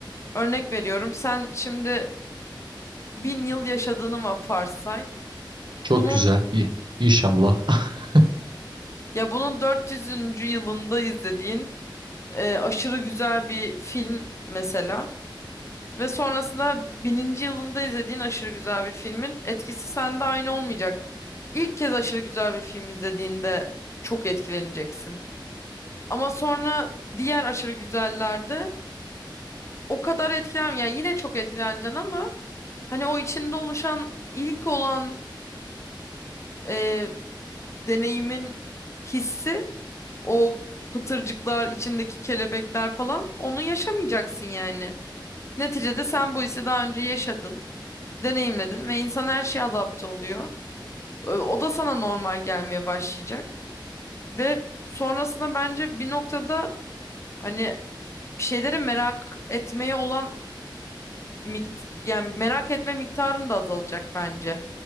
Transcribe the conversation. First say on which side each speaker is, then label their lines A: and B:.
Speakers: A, on the left (about 35°); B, on the right (about 70°).
A: örnek veriyorum sen şimdi bin yıl yaşadığını va- varsay.
B: Çok
A: Bunun
B: güzel. İyi. İnşallah. <laughs>
A: ya bunun dört yüzüncü yılında izlediğin e, aşırı güzel bir film mesela ve sonrasında bininci yılında izlediğin aşırı güzel bir filmin etkisi sende aynı olmayacak. İlk kez aşırı güzel bir film izlediğinde çok etkileneceksin. Ama sonra diğer aşırı güzellerde o kadar etkilen yani yine çok etkileneceksin ama hani o içinde oluşan ilk olan e, deneyimin hissi o pıtırcıklar, içindeki kelebekler falan onu yaşamayacaksın yani. Neticede sen bu hissi daha önce yaşadın, deneyimledin ve insan her şeye adapte oluyor. Ö- O da sana normal gelmeye başlayacak ve sonrasında bence bir noktada hani bir şeyleri merak etmeye olan mikt yani merak etme miktarın da azalacak bence.